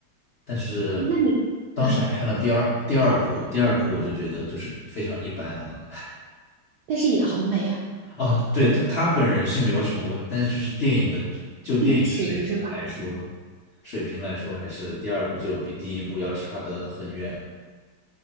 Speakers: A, on the left; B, on the right.
A: 但是
B: 那你，
A: 当时还看了第二第二部，
B: 嗯，
A: 第二部我就觉得就是非常一般了。
B: 但是也很美啊，
A: 啊，对，他他本人是没有什么问题，但是就是电影的就电影的水平来说，
B: 行是吧？
A: 水平来说还是第二部就比第一部要差得很远了。